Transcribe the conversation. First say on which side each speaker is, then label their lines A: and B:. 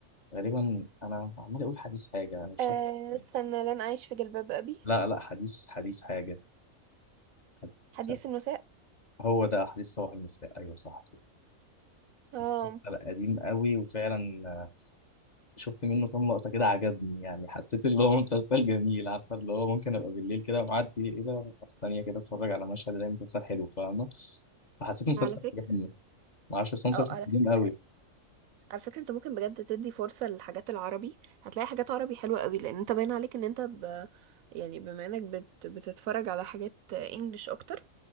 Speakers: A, on the left (about 35°); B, on the right (about 80°).
A: غالبا أنا عمال أقول حديث حاجة أنا مش
B: أه
A: فاكر
B: استنى لن اعيش في جلباب ابي
A: لا لا حديث حديث حاجة حديث
B: حديث
A: سنة.
B: المساء
A: هو ده حديث صباح المساء أيوه صح كده
B: اه
A: مسلسل قديم قوي وفعلا شفت منه كام لقطة كده عجبني يعني حسيت اللي هو مسلسل جميل عارفة اللي هو ممكن أبقى بالليل كده معدي إيه ده ثانية كده أتفرج على مشهد ده مسلسل حلو فاهمة فحسيت مسلسل
B: على فكرة
A: عجبني معرفش بس هو مسلسل
B: اه على
A: قديم
B: فكرة
A: قوي
B: على فكرة انت ممكن بجد تدي فرصة للحاجات العربي هتلاقي حاجات عربي حلوة قوي لان انت باين عليك ان انت ب... يعني بما انك بت... بتتفرج على حاجات انجليش اكتر